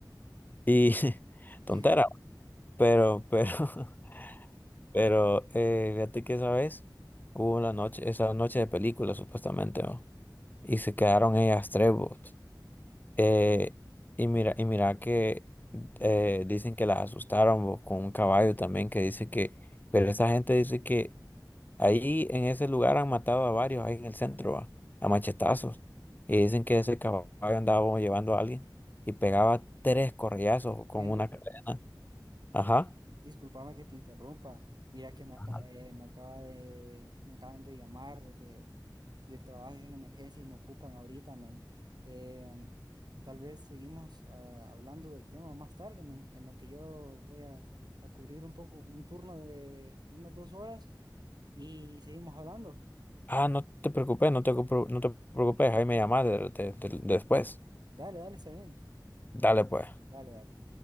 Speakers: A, on the left; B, on the right.
A: Y <laughs> tontera,
B: <laughs>
A: pero, pero, <laughs> pero, eh, fíjate que esa vez hubo una noche, esa noche de película supuestamente, ¿no? Y se quedaron ellas tres vos. Eh, y mira, y mira que eh, dicen que la asustaron vos, con un caballo también que dice que, pero esa gente dice que ahí en ese lugar han matado a varios, ahí en el centro, va, a machetazos. Y dicen que ese caballo andaba bo, llevando a alguien y pegaba tres correazos con
B: Henry,
A: una cadena. Ajá.
B: discúlpame que te interrumpa. Mira que me, aca-
A: Ajá.
B: eh, me acaba de, me acaban de llamar de, del trabajo, es una emergencia y me ocupan ahorita, men. Eh, tal vez seguimos ah, hablando del tema más tarde, men, en lo que yo voy a, a cubrir un poco, un turno de unas dos horas y seguimos hablando.
A: Ah, no te preocupes, no te, preocu- no te preocupes, ahí me llamás de- de- de- después.
B: Dale, dale, está bien.
A: Dale pues.
B: Dale, dale.